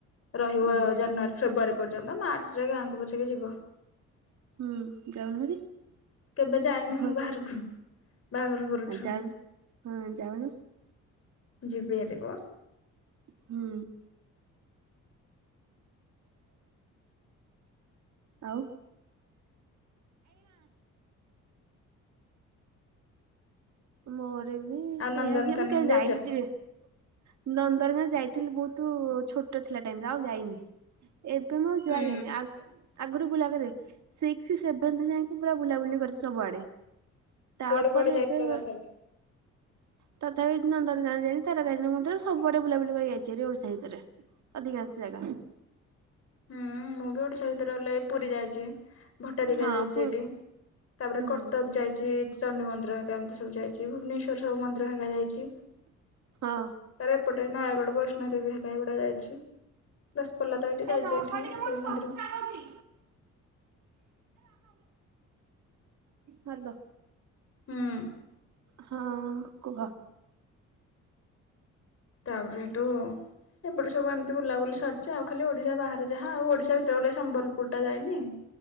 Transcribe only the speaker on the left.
ରହିବ
ଜାନୁଆରୀ ଫେବୃୟାରୀ ପର୍ଯ୍ୟନ୍ତ ମାର୍ଚ୍ଚରେ ଗାଁକୁ ପଛେକେ ଯିବ।
କେବେ ଯାଇନି
ମୁଁ ବାହାରକୁ। ବାହାଘର ପରଠୁ।
ଯିବି ହାରି ବ।
ଆଉ
ନନ୍ଦନକାନନ
ଯାଇଛ?
ହୁଁ
କୁଆଡେ କୁଆଡେ
ଯାଇଥିଲ ତଥାପି?
ହୁଁ ମୁଁ ବି ଓଡ଼ିଶା ଭିତର ଗଲେ ପୁରୀ ଯାଇଚି। ଭଟାରିକା
ଯାଇଚି
ଏଠି। ତା ପରେ
କଟକ ଯାଇଚି ଚଣ୍ଡୀ ମନ୍ଦିର ହେକା ଏମିତି ସବୁ ଯାଇ ଭୁବନେଶ୍ଵର ସବୁ ମନ୍ଦିର ହେରିକା ଯାଇଛି
ତାରେ ଏପଟେ ନୟାଗଡ଼ ବୈଷ୍ଣୋ ଦେବୀ ହେକା ଏଗୁଡା ଯାଇଛି ଦଶପଲ୍ଲା ତ ଏଇଠି
ଯାଇଛି
ଏଇଠି।
ସବୁ
ମନ୍ଦିର।
ହୁଁ।
ତାପରେ ହେଠୁ ଏପଟେ ସବୁ ଏମିତି ବୁଲାବୁଲି ସରିଛି ଆଉ ଖାଲି ଓଡିଶା ବାହାରେ ଯାହା ହଁ ଆଉ ଓଡିଶା ଭିତରେ ଗଲେ ସମ୍ବଲପୁରଟା ଯାଇନି।